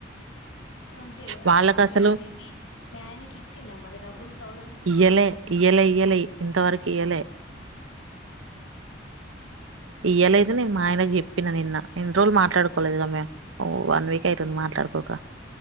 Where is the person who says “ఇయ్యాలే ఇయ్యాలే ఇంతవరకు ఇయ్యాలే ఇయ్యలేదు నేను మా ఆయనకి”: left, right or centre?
Right